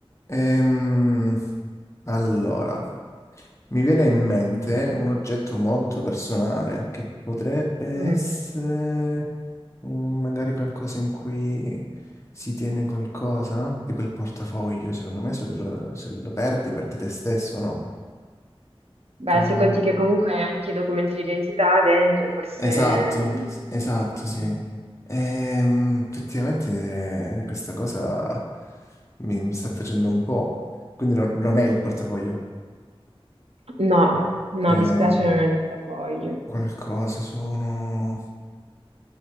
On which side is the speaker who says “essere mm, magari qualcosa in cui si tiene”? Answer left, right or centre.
Left